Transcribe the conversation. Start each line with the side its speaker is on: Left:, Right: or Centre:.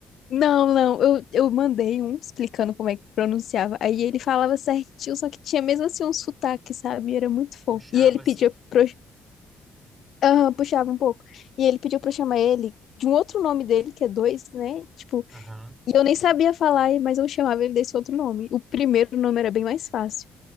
Left: Não, não, eu, eu mandei um explicando como é que pronunciava. Aí ele falava certinho, só que tinha mesmo assim um sotaque, sabe? Era muito fofo.
Right: Puxava
Left: E ele pedia
Right: assim.
Left: pra. eu- Aham, puxava um pouco. E ele pediu pra eu chamar ele de um outro nome dele, que é dois, né? Tipo,
Right: Aham,
Left: e eu nem sabia falar, mas eu chamava ele desse outro nome. O primeiro nome era bem mais fácil.